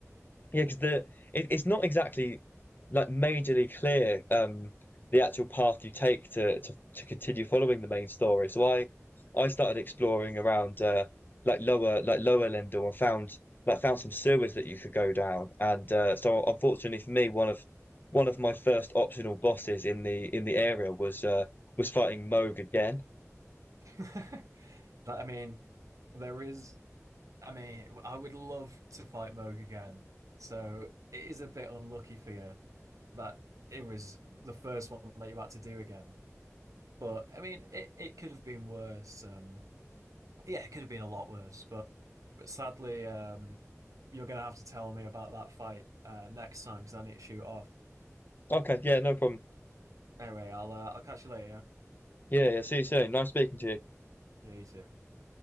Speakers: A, on the left; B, on the right.
A: Yeah, because the it, it's not exactly like majorly clear um the actual path you take to to, to continue following the main story. So I I started exploring around uh like lower like lower Lindor and found like found some sewers that you could go down. And uh, so unfortunately for me, one of one of my first optional bosses in the in the area was uh was fighting Moog again.
B: <laughs> That I mean, there is I mean, I would love to fight Moog again. So it is a bit unlucky for you that it was the first one that you had to do again. But I mean, it, it could have been worse. Um, yeah, it could have been a lot worse, but but sadly, um, you're gonna have to tell me about that fight uh, next time because I need to shoot off.
A: Okay, yeah, no problem.
B: Anyway, I'll uh, I'll catch you later.
A: Yeah, yeah, see you soon. Nice speaking to you.
B: Yeah, Yeah, you too.